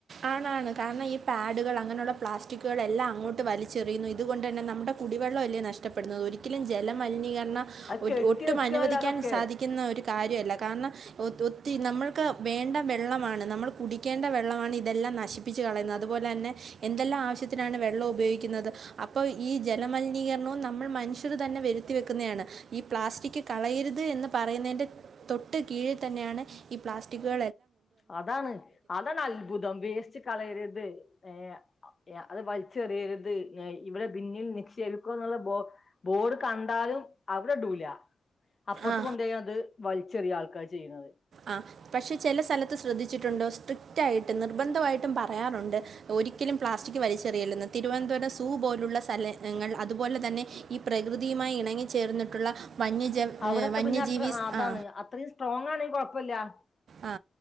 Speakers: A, on the right (about 80°); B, on the left (about 30°).
A: ആണാണ് കാരണം ഈ പാഡുകൾ അങ്ങനെയുള്ള പ്ലാസ്റ്റിക്കുകൾ എല്ലാം അങ്ങോട്ട് വലിച്ചെറിയുന്നു ഇതുകൊണ്ട് തന്നെ നമ്മുടെ കുടിവെള്ളം അല്ലേ നഷ്ടപ്പെടുന്നത് ഒരിക്കലും ജലമലിനീകരണം
B: അത് കെട്ടി
A: ഒട്ടും
B: നിൽക്കുകയാണല്ലോ
A: അനുവദിക്കാൻ
B: അതൊക്കെ
A: സാധിക്കുന്ന ഒരു കാര്യല്ല കാരണം ഒ ഒത്തിരി നമ്മൾക്ക് വേണ്ട വെള്ളമാണ് നമ്മൾ കുടിക്കേണ്ട വെള്ളമാണ് ഇ ഇതെല്ലാം നശിപ്പിച്ച് കളയുന്നെ അതുപോലെ തന്നെ എന്തെല്ലാം ആവശ്യത്തിനാണ് വെള്ളം ഉപയോഗിക്കുന്നത് അപ്പോൾ ഈ ജലമലിനീകരണവും നമ്മൾ മനുഷ്യർ തന്നെ വരുത്തി വെക്കുന്നതാണ് ഈ പ്ലാസ്റ്റിക് കളയരുത് എന്ന് പറയുന്നതിൻ്റെ തൊട്ട് കീഴിൽ തന്നെയാണ് ഈ പ്ലാസ്റ്റിക്കുകെ
B: അതാണ് അതാണ് അത്ഭുതം വേസ് ച് കളയരുത് ഏ അത് വലിച്ചെറിയരുത് എ ഇവിടെ ബിന്നിൽ നിക്ഷേപിക്കുകന്നുള്ള ബോ ബോർഡ് കണ്ടാലും അവിടെടൂല അപ്പർത്ത്
A: ആ
B: കൊണ്ടയത് വൽച്ചെറിയ ആൾക്കാ ക്ക ചെയ്യുന്നത്
A: ആ പക്ഷെ ചെല സ്ഥലത്ത് ശ്രദ്ധിച്ചിട്ടുണ്ടോ സ്ട്രിക്റ്റ് ആയിട്ട് നിർബന്ധമായിട്ടും പറയാറുണ്ട് ഒരിക്കലും പ്ലാസ്റ്റിക് വലിച്ചെറിയല്ലെന്ന് തിരുവനന്തപുരം സൂ പോലുള്ള സ്ഥലങ്ങൾ അതുപോലെ തന്നെ ഈ പ്രകൃതിയുമായി ഇണങ്ങിച്ചേർന്നിട്ടുള്ള വന്യജ
B: അവിടൊക്കെ
A: ഏഹ് വന്യജീവി
B: പിന്നെ അത്ര
A: സ്-
B: അതാണ്
A: ആ
B: അത്രയും സ്ട്രോങ് ആണെങ്കി കൊയ് പ്പല്ല
A: ആ